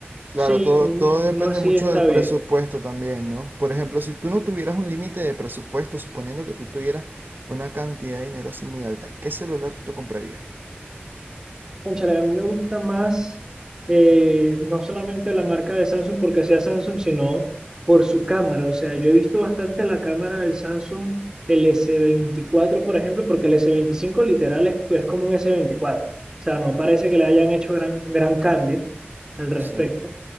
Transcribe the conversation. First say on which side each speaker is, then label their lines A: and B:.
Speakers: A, on the right; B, on the right.
A: Claro,
B: sí,
A: todo,
B: un-
A: todo depende
B: uno así
A: mucho
B: está
A: del
B: bien.
A: presupuesto también, ¿no? Por ejemplo, si tú no tuvieras un límite de presupuesto, suponiendo que tú tuvieras una cantidad de dinero así muy alta, ¿qué celular tú te comprarías?
B: Cónchale, a mí me gusta más eh, no solamente la marca de Samsung porque sea Samsung, sino por su cámara. O sea, yo he visto bastante la cámara del Samsung, el S24, por ejemplo, porque el S25 literal es, es como un s veinticuatro. O sea, no parece que le hayan hecho gran, gran cambio al respecto.
A: Sí.